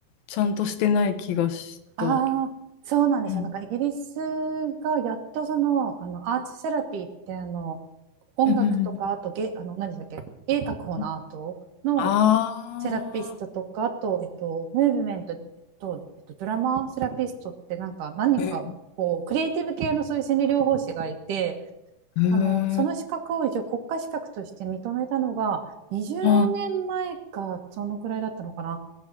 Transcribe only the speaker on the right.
ああ、
そうなんですよ。
なんかイギリスがやっとその、あのアーツセラピーってあの音楽とかあとげあの何でしたっけ、
絵描く方のアートの
セラピストとかあと、えっと、ムーブメントと、えっと、ドラマセラピストってなんか何人かこうクリエイティブ系のそういう心理療法士がいて
あのその資格を一応国家資格として認めたのが20年前かそのくらいだったのかな。